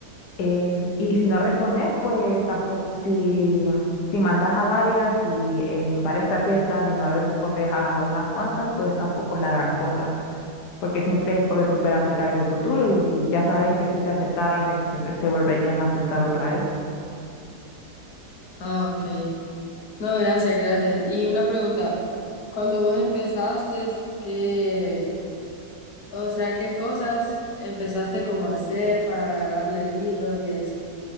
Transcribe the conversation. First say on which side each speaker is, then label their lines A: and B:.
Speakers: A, on the left; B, on the left.
A: eh, y si no respondes, pues tampoco, si, si mandas a varias y en varias te aceptan y no le respondes a unas cuantas, pues tampoco es la gran cosa, porque siempre puedes volver a aplicar en el futuro y ya sabes que si te aceptaron, entonces te volverían a aceptar otra vez.
B: Ah, ok. No, gracias, gracias. Y una pregunta, cuando vos empezaste, ¿qué, o sea, qué cosas empezaste como a hacer para agarrarle el hilo y eso?